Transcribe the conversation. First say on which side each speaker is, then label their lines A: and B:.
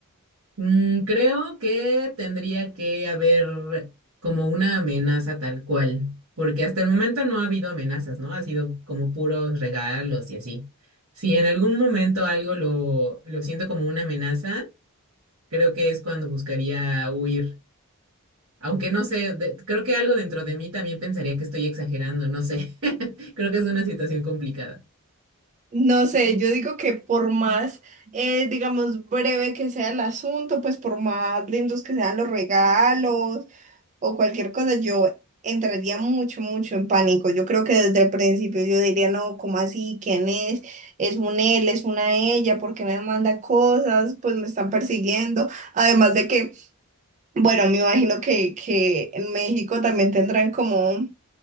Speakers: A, on the right (about 65°); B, on the right (about 35°).
A: Mm, creo que tendría que haber como una amenaza tal cual, porque hasta el momento no ha habido amenazas, ¿no? Ha sido como puros regalos y así. Si en algún momento algo lo, lo siento como una amenaza, creo que es cuando buscaría huir Aunque no sé, de- creo que algo dentro de mí también pensaría que estoy exagerando, no sé. <laughs> Creo que es una situación complicada.
B: No sé, yo digo que por más, eh, digamos, breve que sea el asunto, pues por más lindos que sean los regalos, o cualquier cosa, yo entraría mucho, mucho en pánico. Yo creo que desde el principio yo diría, no, ¿cómo así? ¿Quién es? ¿Es un él? ¿Es una ella? ¿Por qué me manda cosas? Pues me están persiguiendo. Además de que, bueno, me imagino que, que en México también tendrán como...